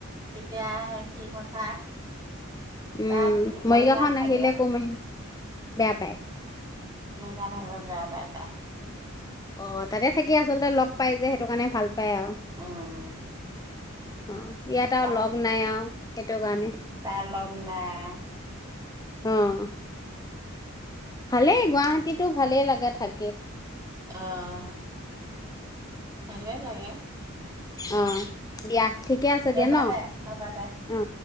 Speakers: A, on the right; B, on the left.
A: তেতিয়াহে কি কথা
B: উম
A: তাত
B: মৰিগাওঁখনত
A: মৰিগাঁৱত থাকে
B: আহিলে। <unintelligible> বেয়া পায়।
A: মৰিগাঁওলৈ আহিব বেয়া পাই তাই।
B: অ, তাতে থাকি আচলতে লগ পাই যে সেইটো কাৰণে ভাল পায় আৰু
A: উম,
B: অ ইয়াত আৰু
A: তাই-তাই
B: লগ নাই আৰু সেইটো কাৰণে
A: লগ নাই।
B: উম। ভালেই গুৱাহাটীতো ভালেই লাগে থাক
A: অ'। ভালেই লাগে।
B: অ দিয়া
A: উম
B: ঠিকে আছে
A: হ'ব
B: দিয়া ন,
A: দে হ'ব দে।
B: অ।